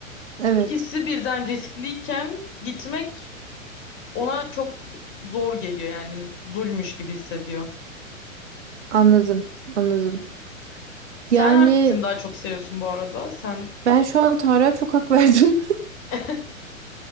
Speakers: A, on the right; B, on the left.
A: Evet
B: İkisi birden riskliyken gitmek ona çok zor geliyor yani zulmüş gibi hissediyor.
A: anladım anladım.
B: Sen
A: Yani
B: hangisini daha çok seviyorsun bu arada? Sen
A: ben şu an Tarık'a çok hak <laughs> verdim.
B: <laughs>